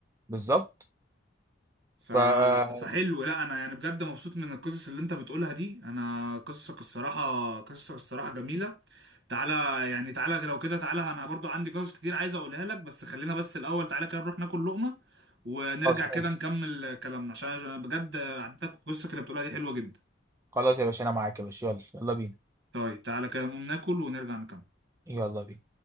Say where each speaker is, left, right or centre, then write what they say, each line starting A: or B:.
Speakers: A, on the right; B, on the right.
A: بالظبط
B: ف...
A: فخلاص
B: فحلو لا انا يعني بجد مبسوط من القصص اللي انت بتقولها دي انا قصصك الصراحة قصصك الصراحة جميلة تعالى يعني تعالى لو كده تعالى انا برضو عندي قصص كتير عايز اقولها لك بس خلينا بس الاول تعالى كده نروح ناكل لقمة ونرجع كده
A: ماشي
B: نكمل كلامنا عشان أنا بجد عدتك قصتك اللي بتقولها دي حلوة جدا
A: خلاص يا باشا انا معاك يا باشا يلا يلا بينا
B: طيب تعالى كده نقوم ناكل ونرجع نكمل
A: يلا بينا